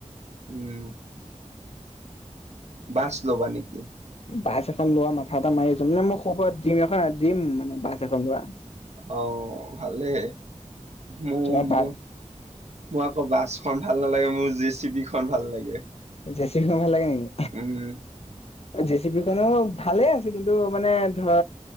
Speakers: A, on the right (about 60°); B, on the left (about 55°).
A: উম। বাছ ল'বা নেকি?
B: বাছ এখন লোৱা মাথা এটা মাৰি আছো। মানে মই সৰু পৰা ড্ৰিম এখন ড্ৰিম মানে বাছ এখন লোৱা।
A: অ ভালেই। মোৰ-মোৰ-মোৰ
B: তোমাৰ বা
A: আকৌ বাছখন ভাল ভাল নালাগে। মোৰ জি চি পি খন ভাল লাগে।
B: জে চি বি ভাল লাগে নেকি?
A: উম।
B: জে চি পি খনো ভালে আছে। কিন্তু মানে ধৰ